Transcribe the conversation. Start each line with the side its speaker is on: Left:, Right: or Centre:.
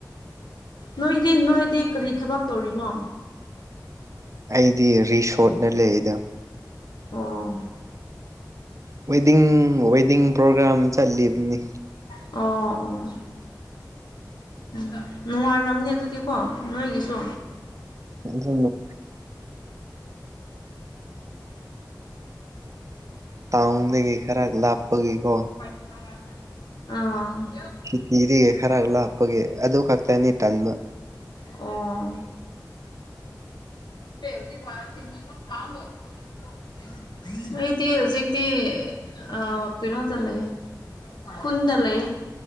Left: ꯅꯣꯏꯒꯤꯗꯤ ꯅꯣꯏꯗꯤ ꯀꯔꯤ ꯊꯕꯛ ꯇꯧꯔꯤꯅꯣ
Right: ꯑꯩꯗꯤ ꯔꯤꯁꯣꯔꯠꯇ ꯂꯩꯔꯤꯗ
Left: ꯑꯣ
Right: ꯋꯦꯗꯤꯡ ꯋꯦꯗꯤꯡ ꯄ꯭ꯔꯣꯒ꯭ꯔꯥꯝ ꯆꯠꯂꯤꯕꯅꯤ
Left: ꯑꯣ ꯑꯣ ꯑꯣ ꯎꯝ ꯅꯨꯡꯉꯥꯏꯔꯝꯅꯤ ꯑꯗꯨꯗꯤꯀꯣ ꯅꯣꯏꯒꯤꯁꯨ
Right: <unintelligible> ꯇꯥꯎꯟꯗꯒꯤ ꯈꯔ ꯂꯥꯞꯄꯒꯤꯀꯣ
Left: <unintelligible> ꯑꯥ
Right: ꯀꯤꯇꯤꯔꯦ ꯈꯔ ꯂꯥꯞꯄꯒꯤ ꯑꯗꯨ ꯈꯛꯇꯅꯤ ꯇꯟꯕ
Left: ꯑꯣ <unintelligible> ꯑꯩꯗꯤ ꯍꯧꯖꯤꯛ ꯇꯤ ꯑꯥ ꯀꯩꯅꯣꯗ ꯂꯩꯌ‌ꯦ ꯈꯨꯟꯗ ꯂꯩꯌ‌ꯦ